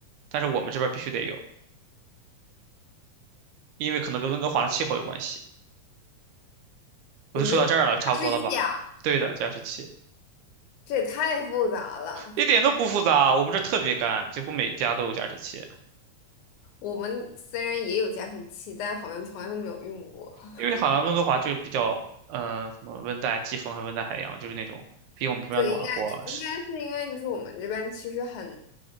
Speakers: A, on the right; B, on the left.
A: 但是我们这边儿必须得有，因为可能跟温哥华的气候有关系。我就说到这儿了，
B: 你们那加湿器啊，
A: 差不多了吧？对的，加湿器
B: 这也太复杂了。
A: 一点都不复杂，我们这儿特别干，几乎每家都有加湿器。
B: 我们虽然也有加湿器，但好像从来都没有用过。<laughs>
A: 因为好像温哥华就是比较，呃，什么温带季风还是温带海洋，就是那种比我们这边暖和。
B: 对，应该应该是因为就是我们这边其实很，
A: 是